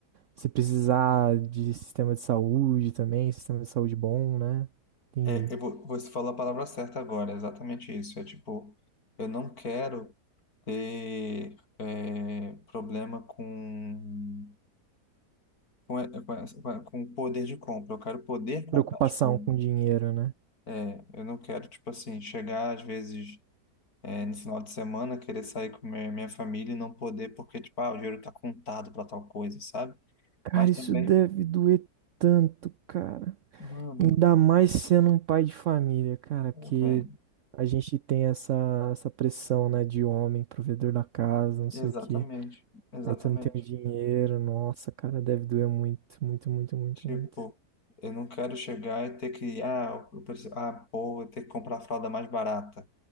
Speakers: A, on the right (about 65°); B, on the left (about 60°).
A: Se precisar de sistema de saúde também, sistema de saúde bom, né? Entendi.
B: É, eu vou, você falou a palavra certa agora, é exatamente isso. É tipo, eu não quero ter é, problema com, com, e- com, essa- com a- com o poder de compra, eu quero poder comprar
A: Preocupação
B: as coisas.
A: com dinheiro, né?
B: É, eu não quero, tipo assim, chegar às vezes é, no final de semana, querer sair com minha, minha família e não poder, porque, tipo, ah, o dinheiro tá contado para tal coisa, sabe?
A: Cara,
B: Mas
A: isso
B: também,
A: deve doer tanto, cara.
B: mano,
A: Ainda mais sendo um pai de família, cara,
B: pô,
A: porque
B: velho,
A: a gente tem essa, essa pressão, né, de homem, provedor da casa, não sei
B: exatamente,
A: o quê.
B: exatamente.
A: Aí tu não tem o dinheiro, nossa, cara, deve doer muito, muito, muito, muito,
B: Tipo,
A: muito.
B: eu não quero chegar e ter que, ah, eu preciso, ah, pô, vou ter que comprar a fralda mais barata,